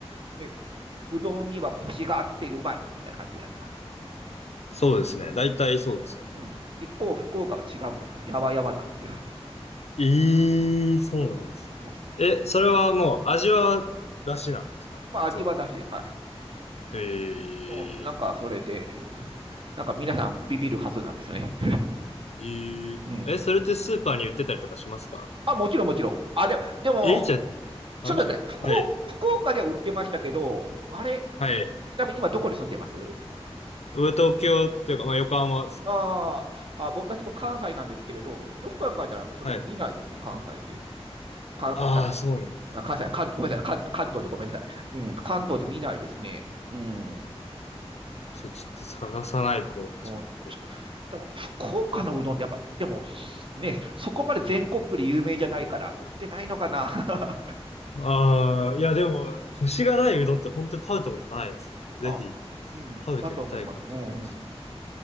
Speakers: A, on the right; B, on the left.
A: えうどんにはコシがあってうまいみたいな感じじゃないですか。
B: そうですね。大体そうですよね。
A: うん。一方、福岡は違うんですよ。やわやわなんですよ。
B: ええーそうなんですね。
A: もう
B: え、それはもう、味は出汁なんですか普通に。
A: まあ味はだしです。はい。
B: ええー
A: うんなんかそれで、なんか皆さんビビるはずなんですよね。
B: えーえ、
A: うん。
B: それってスーパーに売ってたりとかしますか
A: あ、もちろんもちろん。あ、でも、でも、
B: えー、じゃ
A: ちょっと待って福岡、
B: あ、試してみようかな。はい。
A: 福岡では売ってましたけど、あれ、
B: はい。
A: ちなみに今どこに住んでます
B: 上東京っていうか、まあ、横浜ですね。
A: あーあ、ぼ私も関西なんですけれど、よく考えたらそれで見ないですね、
B: はい。
A: 関西で。かあ
B: ああ、そうなんです。
A: あ関西関、ごめんなさい関、関東でごめんなさい。うん、関東で見ないですね。
B: はい。
A: うん。
B: じゃあ、ちょっと探さないと、
A: もうちょっと、
B: ちゃんと。
A: でも福岡のうどんってやっぱ、でもね、そこまで全国区で有名じゃないから、売ってないのかな。
B: ああ、いや、でも、コシがないうどんって本当に食べたことないですね。
A: <laughs>
B: ぜひ、
A: あ、うん、
B: 食べてみたい感じはありますけど。
A: だと思います。うんうんうん。